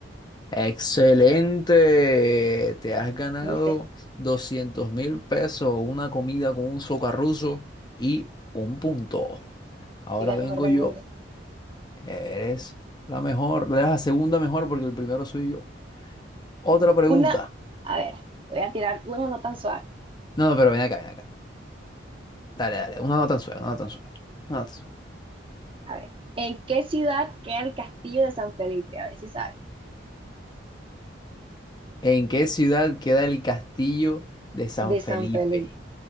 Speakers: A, on the left; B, on the right.
A: Excelente. Te has ganado
B: ¿viste?
A: doscientos mil pesos, una comida con un socarruso y un punto. Ahora
B: Soy la
A: vengo
B: mejor del
A: yo.
B: mundo.
A: Eres la mejor, eres la segunda mejor porque el primero soy yo. Otra pregunta.
B: Una, a ver, voy a tirar una no tan suave.
A: No, no, pero ven acá, ven acá. Dale, dale. Una no tan suave, una no tan suave. Una no tan suave.
B: A ver, ¿en qué ciudad queda el castillo de San Felipe? A ver si sabes.
A: ¿En qué ciudad queda el castillo de San
B: De
A: Felipe?
B: San Felipe.